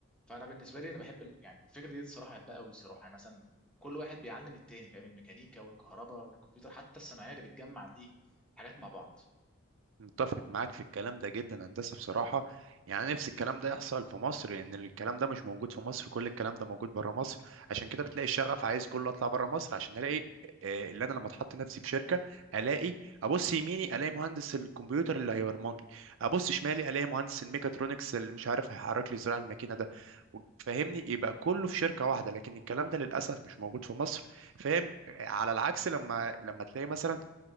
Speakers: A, in the centre; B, on the right (about 65°).
A: فانا بالنسبه لي انا بحب ال- يعني الفكره دي الصراحه بحبها قوي الصراحه يعني مثلا كل واحد بيعلم التاني فاهم الميكانيكا والكهرباء والكمبيوتر حتى الصناعيه اللي بتجمع الايه حاجات مع بعض
B: متفق معاك في الكلام ده جدا هندسة بصراحة يعني نفس الكلام ده يحصل في مصر لأن الكلام ده مش موجود في مصر كل الكلام ده موجود بره مصر عشان كده بتلاقي الشغف عايز كله أطلع بره مصر عشان ألاقي آه، اللي أنا لما أتحط نفسي في شركة ألاقي أبص يميني ألاقي مهندس الكمبيوتر اللي هيبرمج لي أبص شمالي ألاقي مهندس الميكاترونكس اللي مش عارف هيحرك لي زراع الماكينة ده و- فاهمني يبقى كله في شركة واحدة لكن الكلام ده للأسف مش موجود في مصر فاهم على العكس لما لما تلاقي مثلا